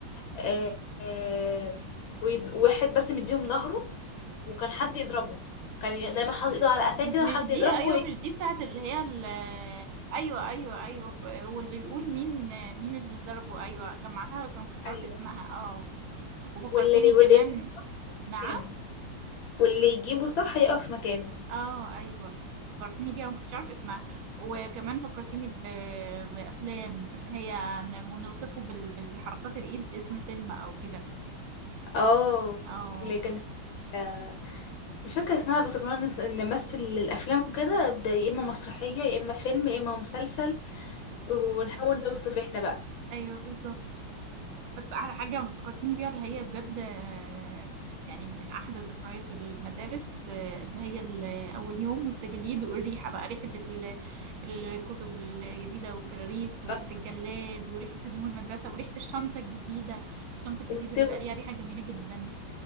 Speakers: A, on the left (about 75°); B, on the right (about 80°).
A: آه، آه، ويد- واحد بس مديهم ظهره وكان حد يضربه كان ي- دايما حاطط ايده على
B: م-
A: قفاه كده وحد
B: مش دي
A: يضربه
B: ايوه
A: وي-
B: مش دي بتاعت اللي هي ال- ايوه ايوه ايوه ف- واللي بيقول مين مين اللي ضربه ايوه جمعتها بس ما كنتش عارفه
A: ايوه
B: اسمها اه وفكرتيني
A: واللي واللي
B: كمان
A: يجيبه في
B: نعم
A: مكانه واللي يجيبه صح يقف في مكانه
B: اه ايوه فكرتيني بيها ما كنتش عارف اسمها وكمان فكرتيني ب... بافلام اللي هي ن- ونوصفه بال... بالحركات الايد اسم فيلم او كده
A: اه
B: اه
A: اللي كان آه، مش فاكرة اسمها بس كنا بنس- نمثل الأفلام وكده ب- يا إما مسرحية يا إما فيلم يا إما مسلسل ونحاول نوصف احنا بقى
B: ايوه بالظبط بس احلى حاجه فكرتيني بيها اللي هي بجد آه، يعني من احلى ذكريات المدارس آه، اللي هي ال- اول يوم والتجليد والريحه بقى ريحه ال... الكتب الجديده والكراريس وريحه
A: آه،
B: الجلاد وريحه هدوم المدرسه وريحه الشنطه الجديده الشنطه الجديده
A: والتوأ
B: بيبقى ليها ريحه جميله جدا